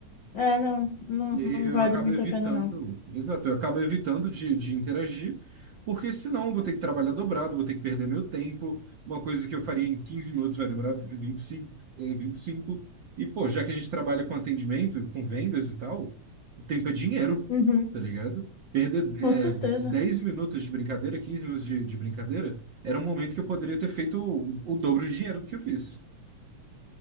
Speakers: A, on the left; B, on the right.
A: É, não, não,
B: E
A: não
B: Eu
A: vale
B: acabo
A: muito
B: evitando,
A: a pena, não.
B: exato, eu acabo evitando de, de interagir, porque senão eu vou ter que trabalhar dobrado, vou ter que perder meu tempo. Uma coisa que eu faria em 15 minutos vai demorar 25, eh, vinte E, cinco e pô, já que a gente trabalha com atendimento, com vendas e tal, o tempo é dinheiro,
A: Uhum.
B: tá ligado? Perder,
A: Com
B: eh,
A: certeza.
B: 10 minutos de brincadeira, 15 minutos de, de brincadeira, era um momento que eu poderia ter feito o, o dobro de dinheiro do que eu fiz.